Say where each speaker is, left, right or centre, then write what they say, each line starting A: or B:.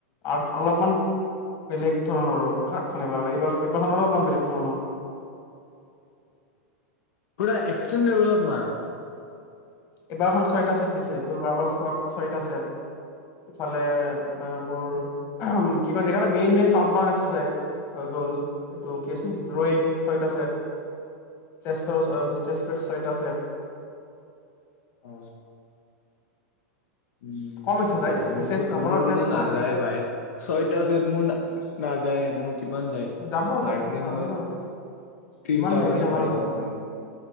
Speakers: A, on the left; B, on the left.
A: আৰু অলপমান বেলেগ ধৰণৰ গাৰ্ডখন এইবাৰ এইবাৰ এইবাৰখনো অলপমান বেলেগ ধৰণৰ।
B: পুৰা এক্সট্ৰিম লেভেলত মাৰ
A: এইবাৰখন ছয়টা চছেট দিছে তোৰ বাৰ্বল স্কোৱাড ছয়টা চেট ইফালে মোৰ কি কয় জেগা এটা মেইন মেইন কম্পাউণ্ড এক্সাৰচাইজ হৈ গ'ল এইটো কি আছিল ড্ৰয়িং ছয়টা চেট চেষ্টৰ ছয় চেট।
B: অ, উম,
A: কম এক্সাৰচাইজ
B: মোৰতটো
A: এক্সাৰচাইজ কম
B: মোৰতো
A: অলপ এক্সাৰচাইজ
B: নাযায়
A: কম
B: বাই ছয়টা ছয়ত মোৰ নাযায় মোৰ। কিমান যায়
A: যাব
B: হাৰ্ডলি
A: যাব
B: মই
A: কিয় নাযাব
B: তিনটা
A: ইমান হেভি
B: মানে
A: নামাৰো
B: মাৰিব
A: নহয়
B: পাৰিম।